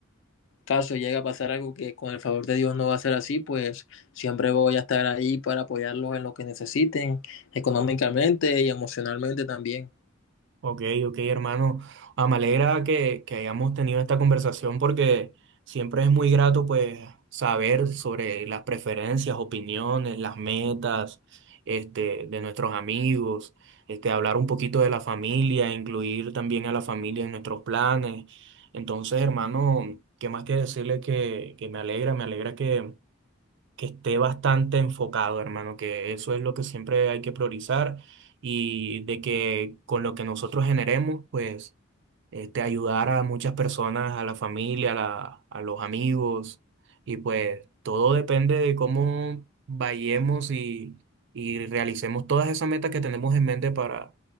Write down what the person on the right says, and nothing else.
Ok, ok, hermano. Ah, me alegra que, que hayamos tenido esta conversación porque siempre es muy grato pues saber sobre las preferencias, opiniones, las metas este, de nuestros amigos, este, hablar un poquito de la familia, incluir también a la familia en nuestros planes. Entonces, hermano, qué más que decirle que, que me alegra, me alegra que que esté bastante enfocado, hermano, que eso es lo que siempre hay que priorizar y de que con lo que nosotros generemos, pues este, ayudar a muchas personas, a la familia, a, la- a los amigos, y pues todo depende de cómo vayamos y, y realicemos todas esas metas que tenemos en mente para